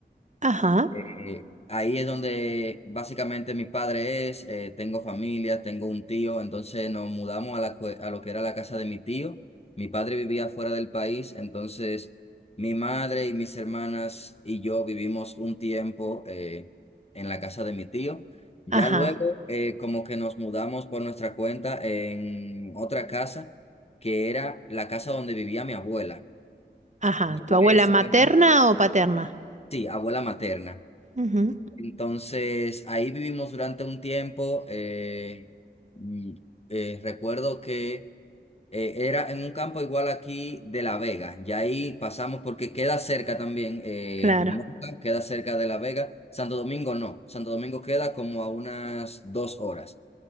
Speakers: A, on the right; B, on the left.
A: Ajá,
B: Eh, ahí es donde básicamente mi padre es, eh, tengo familia, tengo un tío, entonces nos mudamos a, la, cue- a lo que era la casa de mi tío. Mi padre vivía fuera del país, entonces mi madre y mis hermanas y yo vivimos un tiempo eh, en la casa de mi tío. Ya
A: ajá,
B: luego eh, como que nos mudamos por nuestra cuenta en otra casa, que era la casa donde vivía mi abuela.
A: ajá.
B: Ya
A: ¿Tu abuela
B: eso
A: materna
B: era,
A: o paterna?
B: sí, abuela materna.
A: Ujú,
B: Entonces, ahí vivimos durante un tiempo. eh, y, eh, recuerdo que eh, era en un campo igual aquí de La Vega. Y ahí pasamos porque queda cerca también. Eh,
A: Claro,
B: Moca queda cerca de La Vega. Santo Domingo no. Santo Domingo queda como a unas dos horas.